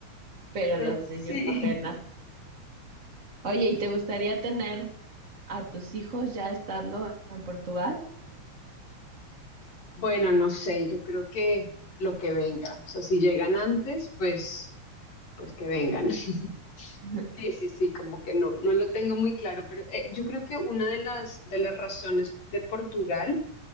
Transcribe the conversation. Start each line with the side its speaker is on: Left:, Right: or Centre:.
Right: pero
Left: Pues
Right: los niños
Left: sí.
Right: apenas.
Left: <laughs>
Right: Oye, ¿y te gustaría tener a tus hijos ya estando en Portugal?
Left: Bueno, no sé, yo creo que lo que venga, o sea, si llegan antes, pues, pues que vengan. <laughs>
Right: <laughs>
Left: Sí, sí, sí, como que no, no lo tengo muy claro, pero eh, yo creo que una de las, de las razones de Portugal